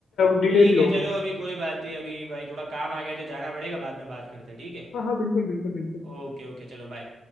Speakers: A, on the left; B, on the right.
A: डिले
B: ठीक
A: भी होगा
B: है चलो अभी कोई बात नहीं अभी भाई थोड़ा काम आ गया है तो जाना पड़ेगा बाद में बात करते हैं ठीक है
A: हाँ हाँ बिल्कुल बिल्कुल बिल्कुल
B: ओके ओके चलो बाय